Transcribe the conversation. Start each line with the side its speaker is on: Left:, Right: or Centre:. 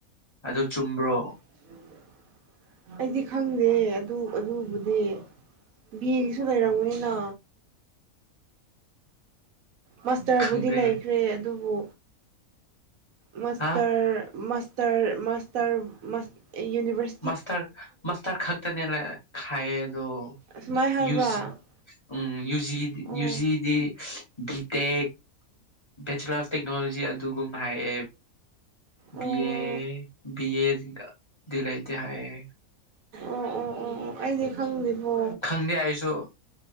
Left: ꯑꯗꯨ ꯆꯨꯝꯕ꯭ꯔꯣ
Right: ꯎ ꯑꯩꯗꯤ ꯈꯪꯗꯦ ꯑꯗꯨ ꯑꯗꯨꯕꯨꯗꯤ ꯕꯤ ꯑꯦꯒꯤꯁꯨ ꯂꯩꯔꯝꯒꯅꯤꯅ ꯃꯥꯁꯇꯔꯕꯨꯗꯤ
Left: ꯈꯪꯗꯦ
Right: ꯂꯩꯈ꯭ꯔꯦ ꯑꯗꯨꯕꯨ ꯃꯥꯁꯇꯔ
Left: ꯍꯥ
Right: ꯃꯥꯁꯇꯔ ꯃꯥꯁꯇꯔ ꯌꯨꯅꯤꯕꯔ
Left: ꯃꯥꯁꯇꯔ ꯃꯥꯁꯇꯔ ꯈꯛꯇꯅꯦ ꯈꯥꯏꯌꯦ ꯑꯗꯣ
Right: ꯑꯁꯨꯃꯥꯏꯅ ꯍꯥꯏꯕ꯭ꯔꯥ
Left: ꯌꯨꯖꯤ ꯎꯝ ꯌꯨꯖꯤ
Right: ꯑꯣ
Left: ꯌꯨꯖꯤꯗꯤ ꯕꯤꯇꯦꯛ ꯕꯦꯆꯤꯂꯔ ꯑꯣꯐ ꯇꯦꯛꯅꯣꯂꯣꯖꯤ ꯑꯗꯨꯒꯨꯝ ꯍꯥꯏꯌꯦ
Right: ꯑꯣ ꯑꯣ
Left: ꯕꯤ ꯑꯦ ꯕꯤ ꯑꯦ ꯂꯩꯥꯇꯦ ꯍꯥꯏꯌꯦ
Right: ꯑꯣ ꯑꯣ ꯑꯣ ꯑꯩꯗꯤ ꯈꯪꯗꯦꯕꯣ
Left: ꯈꯪꯗꯦ ꯑꯩꯁꯨ